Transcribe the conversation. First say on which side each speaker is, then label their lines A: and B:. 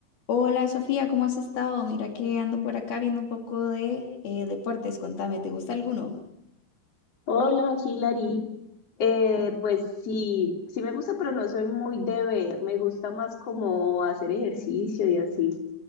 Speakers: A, on the left (about 70°); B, on the left (about 40°).
A: Hola Sofía, ¿cómo has estado? Mira que ando por acá viendo un poco de eh, deportes. Contame, ¿te gusta alguno?
B: Hola, Hilary. Eh, pues sí, sí me gusta, pero no soy muy de ver. Me gusta más como hacer ejercicio y así.